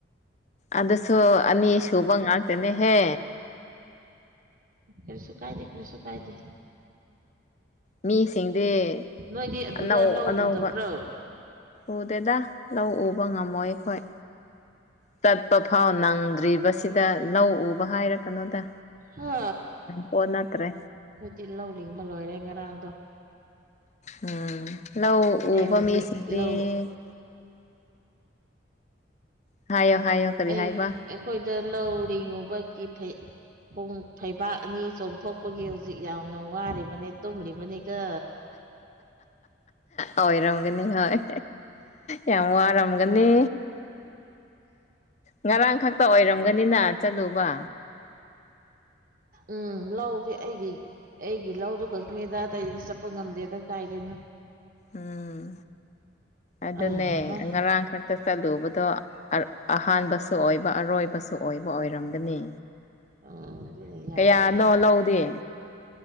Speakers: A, on the left (about 35°); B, on the right (about 45°).
A: ꯑꯗꯨꯁꯨ ꯑꯅꯤ ꯁꯨꯕ ꯉꯥꯛꯇꯅꯦꯍꯦ
B: ꯀꯜꯁꯨ ꯀꯥꯏꯗꯦ ꯀꯔꯤꯁꯨ ꯀꯥꯏꯗꯦ
A: ꯃꯤꯁꯤꯡꯗꯤ
B: ꯅꯣꯏꯗꯤ ꯑꯗꯨꯗ
A: ꯑꯅꯧ
B: ꯂꯧ
A: ꯑꯅꯧꯕ
B: ꯎꯗꯕ꯭ꯔꯣ
A: ꯎꯗꯦꯗ ꯂꯧ ꯎꯕ ꯉꯝꯃꯣꯏ ꯑꯩꯈꯣꯏ ꯆꯠꯄ ꯐꯥꯎ ꯅꯪꯗ꯭ꯔꯤꯕꯁꯤ ꯁꯤꯗ ꯂꯧ ꯎꯕ ꯍꯥꯏꯔ ꯀꯩꯅꯣꯗ
B: ꯍꯥ
A: ꯄꯣꯠ ꯅꯠꯇ꯭ꯔꯦ
B: ꯑꯩꯈꯣꯏꯗꯤ ꯂꯧꯅꯤꯡꯤꯡꯕ ꯂꯣꯏꯔꯦ ꯉꯔꯥꯡꯗꯣ
A: ꯎꯝ ꯂ ꯎꯕ
B: ꯑꯩ ꯍꯧꯖꯤꯛ
A: ꯃꯤꯁꯤꯗꯤ
B: ꯂꯧ
A: ꯍꯥꯏꯌꯣ ꯍꯥꯏꯌꯣ ꯀꯔꯤ
B: ꯑꯩ
A: ꯍꯥꯏꯕ
B: ꯑꯩꯈꯣꯏꯗ ꯂꯧꯔꯤꯉꯨꯕꯒꯤ ꯐꯩ ꯣꯡ ꯐꯩꯕꯥꯛ ꯑꯅꯤ ꯆꯣꯡꯊꯣꯛꯄꯒꯤ ꯍꯧꯖꯤꯛ ꯌꯥꯝꯅ ꯋꯥꯔꯤꯕꯅꯦ ꯇꯨꯝꯂꯤꯕꯅꯤꯒ
A: ꯑꯣꯏꯔꯝꯒꯅꯤ ꯍꯣꯏ ꯌꯥꯝ ꯋꯥꯔꯝꯒꯅꯤ ꯉꯔꯥꯡ ꯈꯛꯇ ꯑꯣꯏꯔꯝꯒꯅꯤꯅ ꯆꯠꯂꯨꯕ
B: ꯎꯝ ꯂꯧꯗꯤ ꯑꯩꯒꯤ ꯑꯩꯒꯤ ꯂꯧꯗꯨꯣ ꯈꯛꯅꯦꯗ ꯀꯩꯗꯤ ꯆꯠꯄ ꯉꯝꯗꯦꯗ ꯀꯥꯏꯗꯣꯏꯅꯣ
A: ꯎꯝ ꯑꯗꯨꯅꯦ
B: ꯑꯍꯥ
A: ꯉꯔꯥꯡꯈꯛ ꯇ ꯆꯠꯂꯨꯕꯗꯣ ꯑꯍꯥꯟꯕꯁꯨ ꯑꯣꯏꯕ ꯑꯔꯣꯏꯕ ꯑꯣꯏꯕ ꯑꯣꯏꯔꯝꯒꯅꯤ
B: ꯑꯗꯨꯅ ꯌꯥꯗ꯭ꯔꯦ
A: ꯀꯌꯥꯅꯣ
B: ꯑꯩ
A: ꯂꯧꯗꯦ